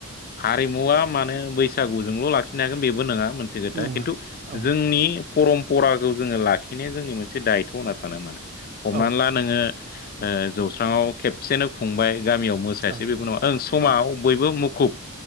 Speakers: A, on the left; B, on the right.
A: हारिमुवा माने बैसागुजोंल' लाखिनो हागोन बेबो नङा मोनसे दा
B: नङा
A: खिन्थु
B: औ
A: जोंनि परम्पराखौ जोङो लाखिनाया जोंनि मोनसे दायथ' होनना सानो माने हमनानै
B: औ
A: ला नोङो ओ जौस्राङाव खेबसेनो खुंबाय गामियाव मोसायासै
B: ओं
A: बेबो नङा ओं समाव
B: औ
A: बयबो मुखुब